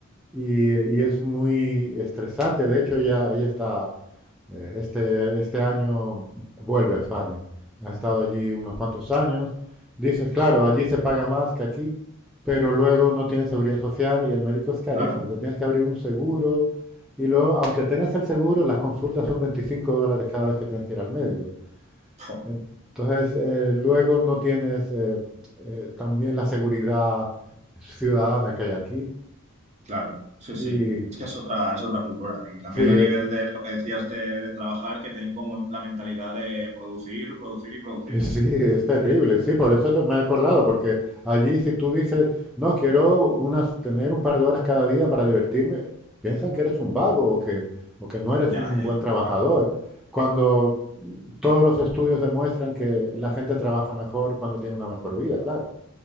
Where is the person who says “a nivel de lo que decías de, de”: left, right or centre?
Right